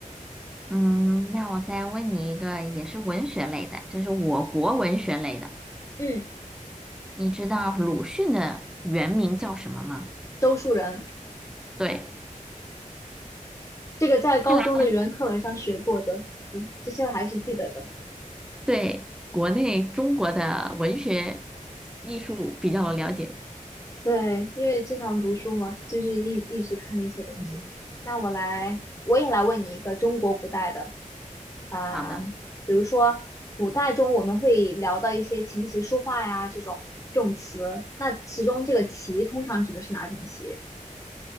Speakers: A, in the centre; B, on the left (about 25°).
A: 嗯，那我再问你一个，也是文学类的，这是我国文学类的。
B: 嗯，
A: 你知道鲁迅的原名叫什么吗？
B: 周树人，
A: 对，
B: 这个在高中的语文课文上学过的，
A: 看来
B: 嗯，这些我还是记得的。
A: 对国内中国的文学艺术比较了解。
B: 对，因为经常读书嘛，就是一一直看那些东西。
A: 嗯，
B: 那我来，我也来问你一个中国古代的啊、
A: 好的，
B: 比如说古代中我们会聊到一些琴棋书画呀这种这种词，那其中这个棋通常指的是哪种棋？